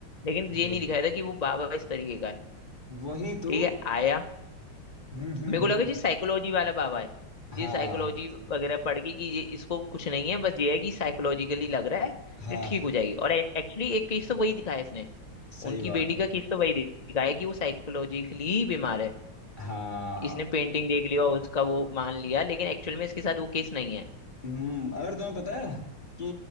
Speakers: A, on the left; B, on the left.
A: लेकिन
B: वही
A: ये नहीं दिखाया था कि वो बाबा इस तरीके का है
B: वही तो
A: ठीक है आया
B: हम्म हम्म
A: मेरे को
B: हम्म
A: लगा जी साइकोलॉजी वाला बाबा है
B: हाँ
A: ये साइकोलॉजी वगैरह पढ़ के कि ये इसको कुछ नहीं है बस ये है कि साइकोलॉजिकली लग रहा है
B: हाँ
A: ये ठीक हो जाएगी और एक्चुअली एक केस तो वही दिखाया इसने
B: सही
A: उनकी
B: बात
A: बेटी
B: है
A: का केस तो वही दिखाया कि वो साइकोलॉजिकली बीमार है
B: हाँ
A: इसने पेंटिंग देख लिया और उसका वो मान लिया लेकिन एक्चुअल में इसके साथ वो केस नहीं है
B: हम्म अगर तुम्हें पता है कि